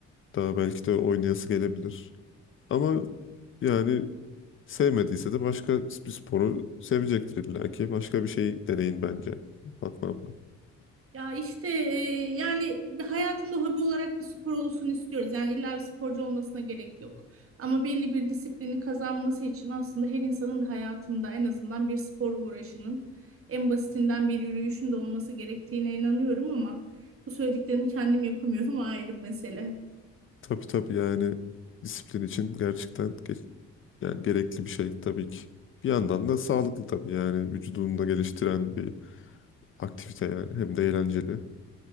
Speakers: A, on the left; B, on the right.
A: daha belki de oynayası gelebilir. Ama yani Sevmediyse de başka bir sporu sevecektir illa ki. Başka bir şey deneyin bence Fatma abla.
B: Ya işte e, yani bir hayatında hobi olarak bir spor olsun istiyoruz. Yani illa bir sporcu olmasına gerek yok. Ama belli bir disiplini kazanması için aslında her insanın da hayatında en azından bir spor uğraşının en basitinden bir yürüyüşün de olması gerektiğine inanıyorum ama bu söylediklerimi kendim yapamıyorum o ayrı mesele.
A: Tabii tabii yani disiplin için gerçekten ge- yani gerekli bir şey tabii ki. Bir yandan da sağlıklı tabii yani vücudunu da geliştiren bir aktivite yani hem de eğlenceli.